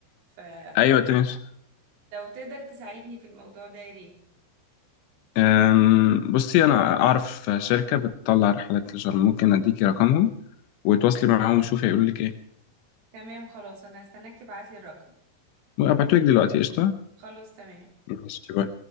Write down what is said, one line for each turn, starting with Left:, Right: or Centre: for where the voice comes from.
Right: فلو
Left: أيوة تمشي
Right: تقدر تساعدني في الموضوع ده يا ريت
Left: أم، بصي أنا أعرف شركة بتطلع رحلات لشرم ممكن أديكي رقمهم وتواصلي معاهم وشوفي هيقولوا لك إيه
Right: تمام خلاص انا هستناك تبعتلي الرقم
Left: وأبعتولك دلوقتي قشطة؟
Right: خلاص تمام
Left: ماشي باي.